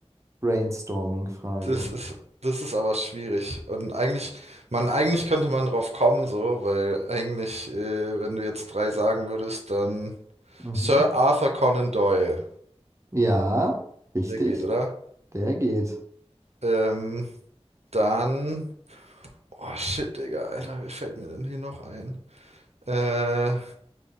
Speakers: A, on the right (about 30°); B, on the right (about 80°).
A: Brainstorming-Frage.
B: Das ist, das ist aber schwierig. Und eigentlich, man, eigentlich könnte man drauf kommen, so, weil eigentlich, äh, wenn du jetzt drei sagen würdest, dann
A: Mhm.
B: Sir Arthur Conan Doyle.
A: Ja, richtig.
B: Der geht, oder?
A: Der geht.
B: Ähm, dann. Oh shit, Digga, Alter, wer fällt mir denn hier noch ein? Äh, äh,